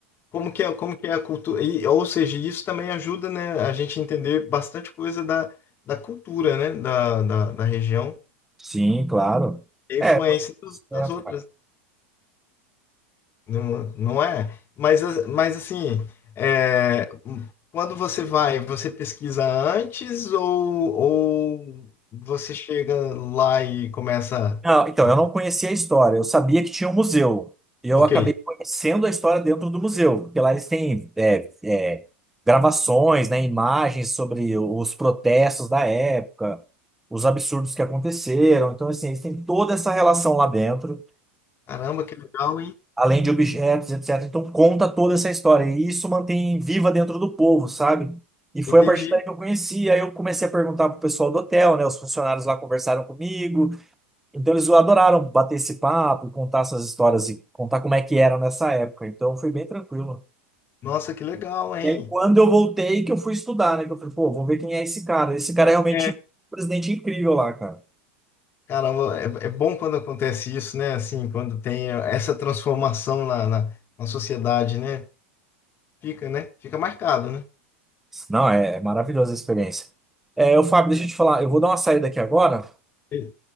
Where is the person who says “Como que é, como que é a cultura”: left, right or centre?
Left